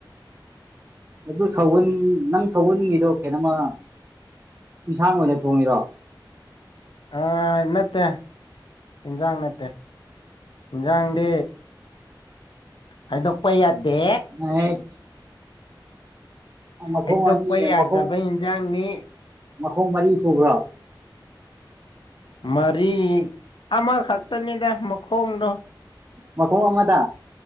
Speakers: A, on the right; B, on the left.
A: ꯑꯗꯨ ꯁꯥꯍꯨꯟ ꯅꯪ ꯁꯥꯍꯨꯟꯒꯤꯗꯣ ꯀꯩꯅꯣꯝꯃꯥ ꯏꯟꯁꯥꯡ ꯑꯣꯏꯅ ꯊꯣꯡꯉꯤꯔꯣ
B: ꯍꯥꯏ ꯅꯠꯇꯦ ꯏꯟꯖꯥꯡ ꯅꯠꯇꯦ ꯏꯟꯖꯥꯡꯗꯤ ꯍꯥꯏꯗꯣꯛꯄ ꯌꯥꯗꯦ
A: <unintelligible> ꯃꯈꯣꯡ
B: ꯍꯩꯗꯣꯛꯄ
A: ꯑꯅꯤ
B: ꯌꯥꯗꯕ
A: ꯃꯈꯣꯡ
B: ꯏꯟꯖꯥꯡꯅꯤ
A: ꯃꯈꯣꯡ ꯃꯔꯤ ꯁꯨꯕ꯭ꯔꯣ
B: ꯃꯔꯤ ꯑꯃꯈꯛꯇꯅꯤꯗ ꯃꯈꯣꯡꯗꯣ
A: ꯃꯈꯣꯡ ꯑꯃꯗ